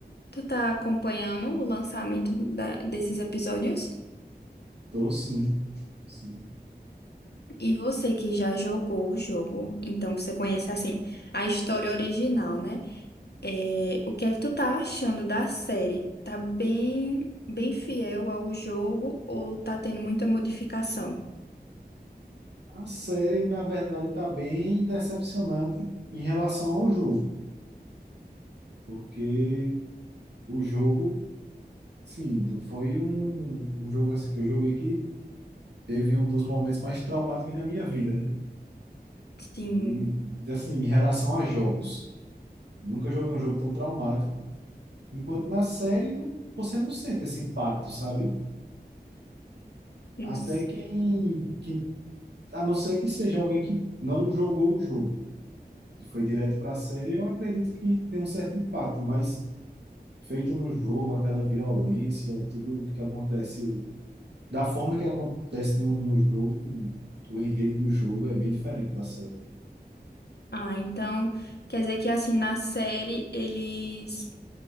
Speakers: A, on the left (about 75°); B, on the right (about 90°).
A: Tu tá acompanhando o lançamento da- desses episódios?
B: Tô, sim. Sim.
A: E você que já jogou o jogo, então você conhece assim a história original, né? É, o que é que tu tá achando da série? Tá bem, bem fiel ao jogo ou tá tendo muita modificação?
B: A série, na verdade, está bem decepcionante em relação ao jogo, porque o jogo, sim, foi um, um jogo assim que eu joguei que teve um dos momentos mais traumáticos da minha vida, né?
A: Sim,
B: E, assim, em relação a jogos, nunca joguei um jogo tão traumático, enquanto na série não- você não sente esse impacto, sabe?
A: eu
B: Até
A: sei.
B: quem, quem, a não ser que seja alguém que não jogou o jogo e foi direto para a série, eu acredito que tem um certo impacto, mas feito no jogo, aquela violência, tudo que acontece, da forma que acontece no, no jogo, o enredo do jogo é bem diferente da série.
A: Ah, então quer dizer que assim na série eles